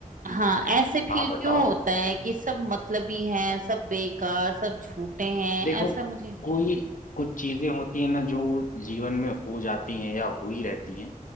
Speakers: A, on the right; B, on the left.
A: हाँ ऐसे
B: हाँ
A: फील
B: बताओ
A: क्यों होता है कि सब मतलबी हैं सब बेकार सब झूठे हैं
B: देखो
A: ऐसा मुझे
B: कोई कुछ चीजें होती हैं ना जो जीवन में हो जाती हैं या हुई रहती हैं